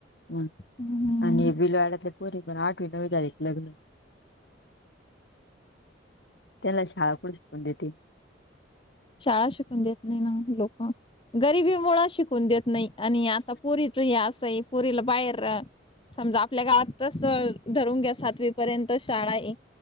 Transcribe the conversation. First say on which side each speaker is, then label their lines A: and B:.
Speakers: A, on the left; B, on the left.
A: हम,
B: हम्म
A: आणि भिलवाड्यातल्या, पोरी पण आठवी नवी झाल्या की लग्न त्यांना शाळा कुडून शिकवून देतील.
B: शाळा शिकून देत नाही ना, लोक गरिबी मुळं शिकून देत. नाही आणि आता पुरीच हे असंही पुरीला बाहेर समजा आपल्या गावात तसं धरून घ्या सातवी पर्यंत शाळा हे.